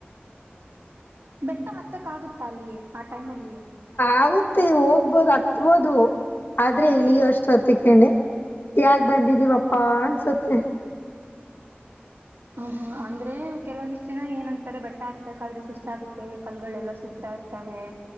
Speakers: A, on the right; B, on the left.
A: ಬೆಟ್ಟ ಹತ್ತಕ್ಕ ಆಗುತ್ತಾ ಅಲ್ಲಿ ಆ ಟೈಮ್ ಅಲ್ಲಿ
B: ಆಗುತ್ತೆ ಹೋಗ್ಬೋದು ಹತ್ಬೋದು ಆದ್ರೆ
A: ಹ್ಮ್
B: ಇಲ್ಲಿಗ ಅಷ್ಟು ಅತ್ತ ಕಣೆ ಯಾಾಗ ಬಂದಿದ್ದೀವಪ್ಪಾ ಅನ್ಸುತ್ತೆ
A: ಹ್ಮ್ ಹ್ಮ್ ಅಂದ್ರೆ ಕೆಲವಂದಿಷ್ಟ ಜನ ಏನ ಅಂತಾರೆ ಬೆಟ್ಟ ಹಾಕ್ಬೇಕಾದ್ರೆ ಸುಸ್ತ ಆಗುತ್ತೆ ಕಲ್ಗಳೆಲ್ಲ ಸುಗ್ತಾ ಇರ್ ತವೆೇ